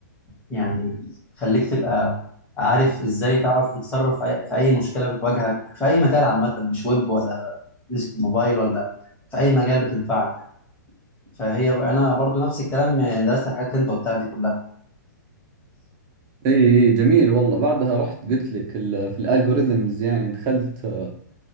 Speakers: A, on the left; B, on the right.
A: يعني خليك تبقى عارف ازاي تعرف تتصرف في اي في أي مشكله بتواجهك في اي مجال عامه مش ويب ولا موبايل ولا في اي مجال بتنفعك يعني فهي بقى انا برضو نفس الكلام درست الحاجات اللي انت قلتها دي كلها
B: ايه إيه، جميل والله بعدها رحت قلت لك ال- في الالجوريزمز يعني دخلت آه،